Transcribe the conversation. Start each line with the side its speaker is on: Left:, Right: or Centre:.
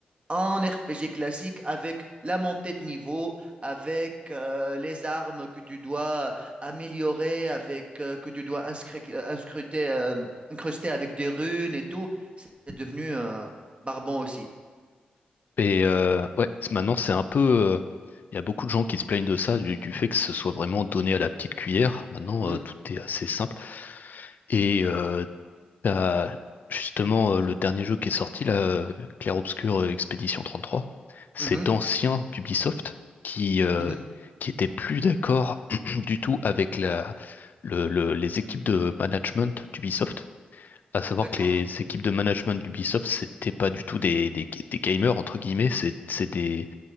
Right: un RPG classique avec la montée de niveau, avec euh, les armes que tu dois améliorer, avec euh, que tu dois inscri- euh, inscruter, euh, incruster avec des runes et tout. C'est devenu euh, barbant aussi.
Left: Et euh, ouais, c'est- maintenant, c'est un peu. euh, Il y a beaucoup de gens qui se plaignent de ça, du, du fait que ce soit vraiment donné à la petite cuillère. Maintenant,
Right: Hmm,
Left: euh, tout est assez simple. Et euh, T'as justement euh, le dernier jeu qui est sorti là, euh, Clair Obscur euh, Expédition 33, c'est
Right: mhm,
Left: d'anciens d'Ubisoft qui euh,
Right: mhm.
Left: qui étaient plus d'accord <clears throat> du tout avec la le- le- les équipes de management d'Ubisoft. À savoir
Right: D'accord.
Left: que les équipes de management d'Ubisoft, c'était pas du tout des, des, des gamers entre guillemets, c'est c'est des